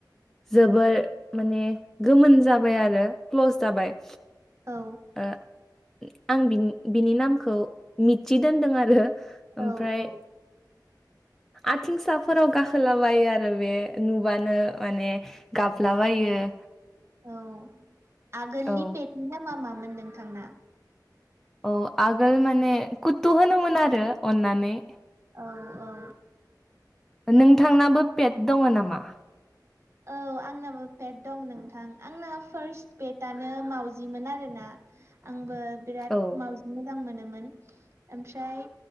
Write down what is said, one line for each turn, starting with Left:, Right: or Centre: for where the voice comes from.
Centre: जोबोर माने गोमोन जाबाय आरो क्लस जाबाय
Right: औ
Centre: ओ आं बिनि नामखौ मिथि दोनदों आरो ओमफ्राय
Right: औ औ
Centre: आथिंसाफोराव गाखोलाबायो आरो बे नुबानो माने गाबलाबायो <inaudible>
Right: औ आगोलनि
Centre: औ
Right: पेटनि नामा मामोन नोंथांना
Centre: औ आगोल माने कुथु होनोमोन आरो अननानै
Right: औ औ
Centre: नोंथांनाबो पेट दङ नामा?
Right: औ आंनाबो पेट दं नोंथां आंना फार्स्ट पेटनो मावजिमोन आरो ना आंबो बिराद
Centre: औ
Right: मावजि मोजां मोनो मोन ओमफ्राय